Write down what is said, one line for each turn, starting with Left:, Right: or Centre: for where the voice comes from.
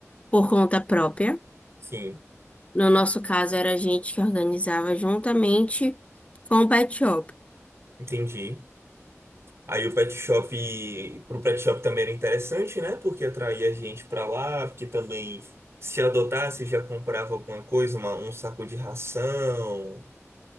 Left: por conta própria.
Right: Sim,
Left: No nosso caso, era a gente que organizava juntamente com o Pet Shop.
Right: entendi. Aí o pet shop, pro pet shop também era interessante, né? Porque atraía gente pra lá, porque também se adotasse já comprava alguma coisa, uma- um saco de ração.